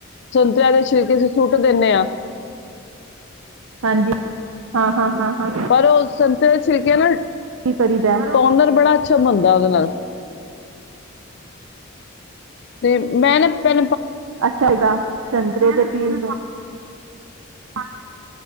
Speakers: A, on the left; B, on the right.
A: ਸੰਤਰਿਆਂ ਦੇ ਛਿਲਕੇ ਚ ਸੁੱਟ ਦਿੰਨੇ ਆ।
B: ਹਾਂਜੀ ਹਾਂ ਹਾਂ ਹਾਂ। ਹਾਂ
A: ਪਰ ਉਹ ਉਸ ਸੰਤ ਠੀਕ ਹੈ ਨਾ
B: ਕੀ ਕਰੀਦਾ
A: ਟੋਨਰ ਬੜਾ ਅੱਛਾ ਬਣਦੈ ਉਹਦੇ ਨਾਲ, ਤੇ ਮੈਂ ਨਾ ਪੇਂ
B: ਅੱਛਾ ਹੈਗਾ ਸੰਤਰੇ ਦੇ ਪੀਲ ਨੂੰ <inaudible> ਹ <unintelligible> <inaudible>